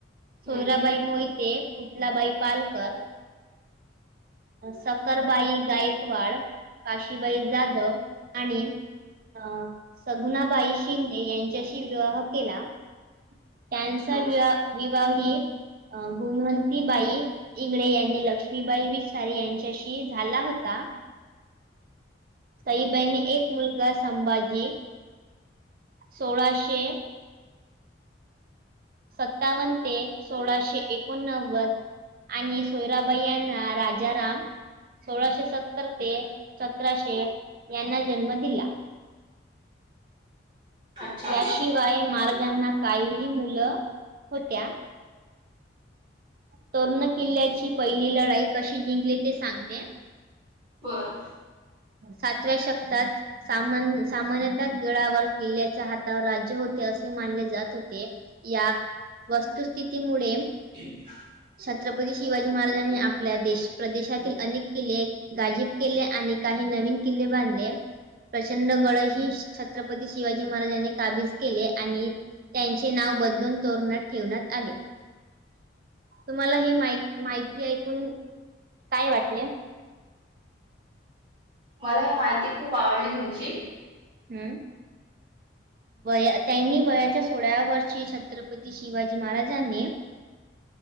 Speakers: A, on the right; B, on the right.
A: हम्म
B: सोयराबाई
A: हम्म
B: मोहिते पुतलाबाई पालकर सकरबाई गायकवाड काशीबाई जाधव आणि अ सगुणाबाई शिंदे यांच्याशी विवाह केला त्यांचा
A: अच्छा.
B: विवा विवाह ही गुणवंती बाई इंगडे यांनी लक्ष्मीबाई विचसारी यांच्याशी झाला होता साईबाईनी एक मुलगा संभाजी सोळाशे सत्तावन्न ते सोळाशे एकोणनव्वद आणि सोयराबाई यांना राजाराम सोळाशे सत्तर ते सतराशे यांना जन्म दिला
A: अच्छा
B: याशिवाय महाराजांना काही मुलं होत्या तोरणा किल्ल्याची पहिली लढाई कशी जिंकली ते सांगते
A: बरं
B: सातव्या शतकात सामान सामान्यतः गडावर किल्ल्याच्या हातावर राज्य होते असे मानले जात होते या वस्तुस्थितीमुळे
A: एक
B: छत्रपती शिवाजी महाराजांनी आपल्या देश प्रदेशातील अनेक किल्ले गाजीब केले आणि काही नवीन किल्ले बांधले प्रचंड गड ही छत्रपती शिवाजी महाराजांनी काबीज केले आणि त्यांचे नाव बदलून तोरण ठेवण्यात आले तुम्हाला ह मा माहि ऐकून काय वाटले
A: मला ह माहिती खूप आवडली तुमची
B: हम्म वया त्यांनी वयाच्या सोळा्याव्या वर्षी छत्रपती शिवाजी महाराजांनी